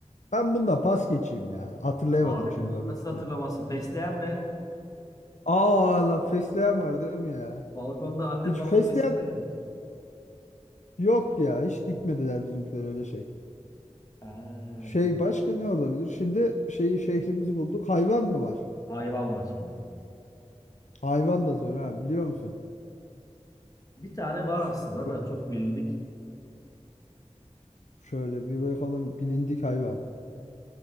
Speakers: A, on the left; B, on the left.
A: Ben bunda pas geçeyim ya. Hatırlayamadım
B: Abi
A: şimdi o bitkiyi.
B: nasıl hatırlaması? Fesleğen be.
A: Aa lan fesleğen var değil mi ya?
B: Balkonda annem
A: Hiç
B: babam
A: fesleğen
B: beslemedi mi hiç?
A: yok ya. Hiç dikmediler bizimkiler öyle şey.
B: Ha,
A: Şey başka ne olabilir? Şimdi şeyi şehrimizi bulduk. Hayvan mı var?
B: hayvan var şimdi.
A: Hayvan da zor ha biliyor musun?
B: Bir tane var
A: Üf,
B: aslında
A: be-
B: da çok bilindik.
A: Şöyle bir bakalım bilindik hayvan.